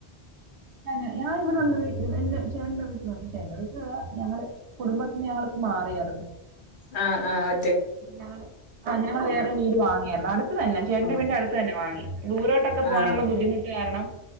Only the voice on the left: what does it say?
ആ ആ ആ
ആഹ്
ആഹ്